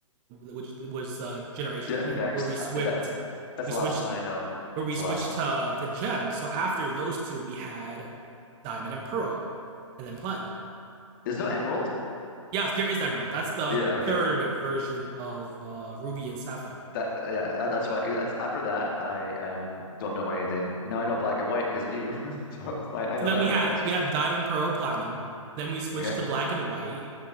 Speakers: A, on the right (about 25°); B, on the left (about 40°).
A: which was uh, Generation
B: Yeah,
A: Three,
B: next.
A: where we switched
B: Uh, That that's
A: we
B: the
A: switched
B: last one that I know.
A: where we
B: That's
A: switched
B: the last one.
A: to to gems. So after those two, we had diamond and pearl, and then platinum.
B: There's no Emerald?
A: Yes, there is emerald. That's the
B: Yeah, okay.
A: third version of uh, ruby and sapphire.
B: That, that- yeah, that, that's why that's after that I um don't know anything. Now I know black and white because of you. <laughs> So I, I
A: So
B: know
A: then
B: that.
A: we had
B: That's
A: we had diamond, pearl, platinum. Then we switched
B: okay.
A: to black and white.